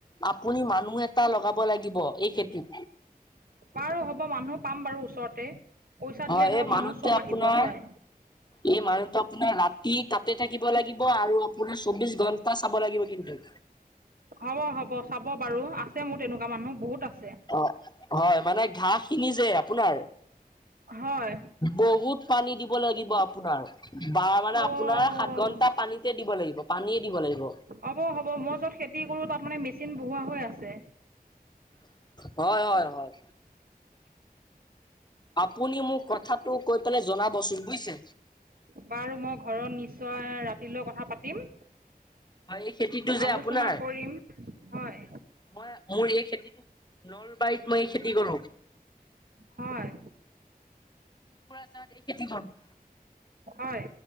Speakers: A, on the left; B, on the right.
A: আপুনি মানুহ এটা লগাব লাগিব এই খেতিত।
B: বাৰু হ'ব মানুহ পাম বাৰু ওচৰতে পইচা
A: হয়
B: দিলে
A: এই
B: ধৰক
A: মানুহটোৱে
B: মানুহ চব
A: আপোনাৰ
B: আহিব হয়।
A: এই মানুহটো আপোনাৰ ৰাতি তাতে থাকিব লাগিব আৰু আপোনাৰ চৌবিশ ঘন্টা চাব লাগিব কিন্তু।
B: হ'ব হ'ব চাব বাৰু আছে মোৰ তেনেকুৱা মানুহ বহুত আছে।
A: অ' হয় মানে ঘাঁহ কিনি যে আপোনাৰ।
B: হয়।
A: বহুত পানী দিব লাগিব আপোনাৰ বা মানে
B: অ'
A: আপোনাৰ সাত ঘণ্টা। পানীতে দিব লাগিব পানীয়ে দিব লাগিব
B: হ'ব হ'ব মই য'ত খেতি কৰোঁ তাত মানে মেচিন বহোৱা হৈ আছে।
A: হয় -হয়- হয় আপুনি মোক কথাটো কৈ পেলাই জনাবচোন বুইছে।
B: বাৰু মই ঘৰত নিশ্চয় ৰাতিলৈ কথা পাতিম।
A: ম এই খেতিটো যে
B: আলোচনা
A: আপোনাৰ
B: কৰিম হয়
A: মই মোৰ এই খেতিটো নলবাৰীত মই এই খেতি কৰো
B: হয়।
A: কোকৰাঝাত এই খেতি কৰো।
B: হয়।